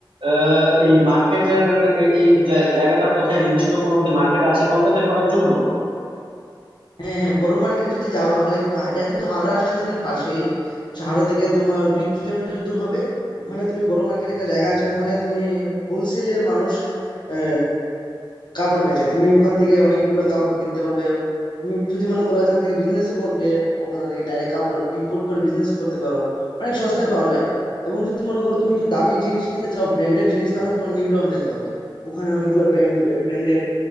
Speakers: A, on the right; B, on the left.
A: আহ, এই মার্কেটের এই এই জা- জায়গাটা কোথায় নির্দিষ্ট কোনো কি মার্কেট আছে কলকাতা করার জন্য
B: হ্যাঁ হ্যাঁ বড় মার্কেট যদি যাও তাহলে কিন্তু হা- এটা কিন্তু হাওড়া স্টেশনের পাশেই হাওড়া থেকে তোমার দুই কিলোমিটার দূর হবে ওখানে তুমি বড় মার্কেট একটা জায়গা আছে ওখানে তুমি হোলসেলে মানুষ আহ, কাপড় বেচে তুমি ওখান থেকে অনেকগুলা কাপড় কিনতে পারবে তুমি যদি মনে করো এখান থেকে বিজনেসও করবে কলকাতা থেকে ডাইরেক্ট কাপড় ইম্পোর্ট করে বিজনেসও করতে পারো অনেক সস্তায় পাওয়া যায় এবং যদি মনে করো তুমি একটু দামি জিনিস কিনতে চাও ব্র্যান্ডেড জিনিস তাহলে তোমার নিউ টাউন যেতে হবে ওখানে অনেকগুলো ব্র্যান্ড ব্র্যান্ডেড